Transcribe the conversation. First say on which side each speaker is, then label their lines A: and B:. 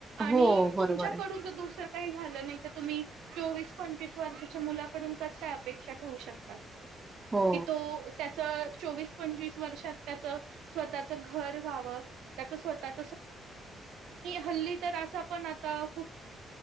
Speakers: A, on the right (about 80°); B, on the right (about 20°).
A: आणि
B: हो बरोबर
A: तुमच्याकडून
B: आहे
A: दुसर. काही झालं नाही तर तुम्ही चोवीस पंचवीस वर्षाच्या मुलाकडून कस काय अपेक्षा ठेवू शकताात.
B: हो
A: कि तो त्या. च चोवीस पंचवीस वर्षांत त्यांच स्वताच घर व्हाव. स्वता- हल्ली तर अस पण आ खूप